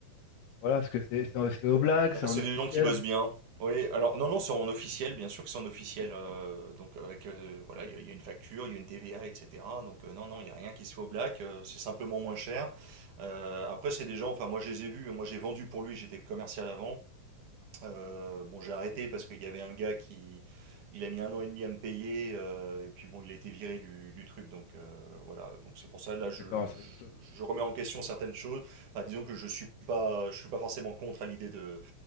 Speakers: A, on the left; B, on the right.
A: voilà, est-ce que c'est c'est c'est au
B: Bah,
A: black, c'est
B: c'est
A: en officiel?
B: des gens qui bossent bien. Oui, alors non, non, c'est en officiel, bien sûr que c'est en officiel. euh, donc avec, euh, voilà, il y, a il y a une facture, il y a une TVA, etc. Donc euh, non, non, il n'y a rien qui se fait au black, euh, c'est simplement moins cher. Euh, après, c'est des gens, enfin moi je les ai vus, moi j'ai vendu pour lui, j'étais commercial avant. Euh, bon, j'ai arrêté parce qu'il y avait un gars qui, il a mis un an et demi à me payer, euh, et puis bon, il a été viré du, du truc, donc euh, voilà. Donc c'est pour ça, là, je,
A: D'accord,
B: je-
A: c'est autre chose.
B: je remets en question certaines choses. Enfin, disons que je suis pas, je suis pas forcément contre à l'idée de,